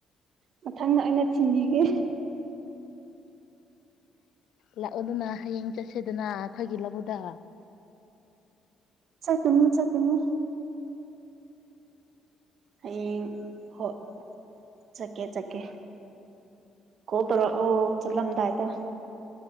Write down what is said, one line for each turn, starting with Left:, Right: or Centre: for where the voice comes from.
Right: ꯃꯊꯪꯗ ꯑꯩꯅ ꯊꯤꯟꯕꯤꯒꯦ
Left: ꯂꯥꯛꯑꯣ ꯑꯗꯨꯅ ꯍꯌꯦꯡ ꯆꯠꯁꯦꯗꯅ ꯑꯩꯈꯣꯏꯒꯤ ꯂꯧꯗ
Right: ꯆꯀꯅꯤ ꯆꯀꯅꯤ ꯑꯩ ꯍ ꯆꯀꯦ ꯆꯀꯦ ꯀꯣꯄꯔꯣ ꯑꯣ ꯆꯠꯂꯝꯗꯥꯏꯗ